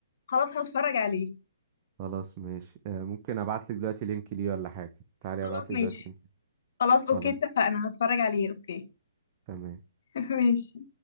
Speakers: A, on the left; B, on the right.
A: خلاص هتفرج عليه
B: خلاص ماشي آه، ممكن ابعت لك دلوقتي لينك ليه ولا حاجة تعالي
A: خلاص
B: ابعت لك
A: ماشي
B: دلوقتي لينك
A: خلاص اوكي
B: خلاص
A: اتفقنا هتفرج عليه اوكي
B: تمام
A: <laughs> ماشي